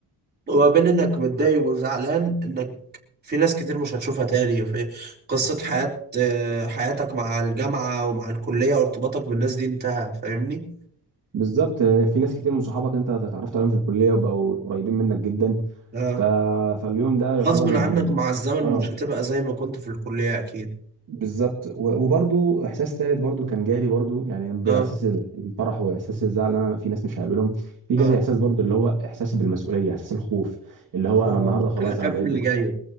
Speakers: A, on the right (about 25°); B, on the right (about 50°).
A: وما بين انك متضايق وزعلان انك في ناس كتير مش هتشوفها تاني في قصه حياه آه، حياتك مع الجامعه ومع الكليه وارتباطك بالناس دي انتهى فاهمني؟
B: بالظبط في ناس كتير من صحابك انت اتعرفت عليهم في الكليه وبقوا قريبين منك جدا
A: اه
B: ف... فاليوم ده يعتبر
A: غصب
B: يعني
A: عنك مع الزمن
B: اه
A: مش هتبقى زي ما كنت في الكليه اكيد
B: بالظبط و- وبرضو احساس ثالث برضو كان جالي برضو يعني باحساس
A: اه
B: الفرح واحساس الزعل ان انا في ناس مش هقابلهم في
A: اه
B: جالي احساس برضو اللي هو احساس بالمسؤوليه احساس الخوف اللي هو
A: اه
B: انا النهارده خلاص
A: اخاف
B: انا بقيت
A: من اللي
B: دكتور
A: جاي